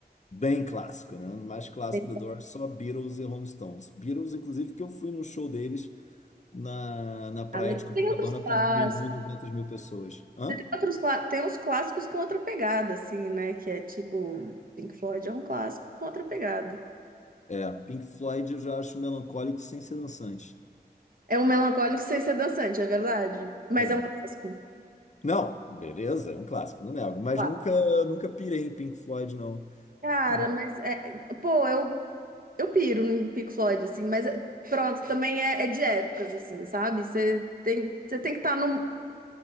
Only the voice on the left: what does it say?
Bem clássico, né? Mais clássico
The Doors, só Beatles e Rolling Stones. Beatles, inclusive, que eu fui no show deles na, na praia
de Copacabana
para
um milhão e duzentas mil pessoas. Hã?
É, Pink Floyd eu já acho melancólico sem ser dançante.
É.
Não, beleza, é um clássico, não nego. Mas
nunca, nunca pirei em Pink Floyd, não.
Nu-